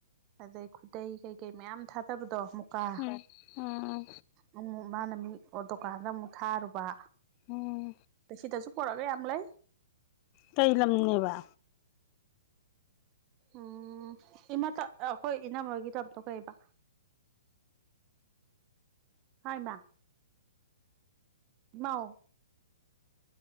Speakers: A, on the right; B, on the left.
A: ꯑꯗꯩ ꯈꯨꯗꯩ ꯀꯩꯀꯩ ꯃꯌꯥꯝ ꯊꯥꯗꯕꯗꯣ ꯃꯨꯀꯥ
B: ꯎꯝ ꯎꯝ
A: ꯑꯃꯛ ꯃꯥꯅ ꯃꯤ ꯗꯨꯀꯥꯟꯗ ꯑꯃꯨꯛ ꯊꯥꯔꯨꯕ
B: ꯎꯝ
A: ꯑꯗ ꯁꯤꯗꯁꯨ ꯄꯨꯔꯛꯑꯒ ꯌꯥꯝ ꯂꯩ
B: ꯀꯩ ꯂꯝꯅꯦꯕ
A: ꯎꯝ ꯏꯃꯥ ꯑꯩꯈꯣꯏ ꯏꯅꯝꯃꯣꯏꯒꯤꯂꯝꯇꯣ ꯀꯩꯕ ꯍꯥꯏ ꯏꯃꯥ ꯃꯥꯎ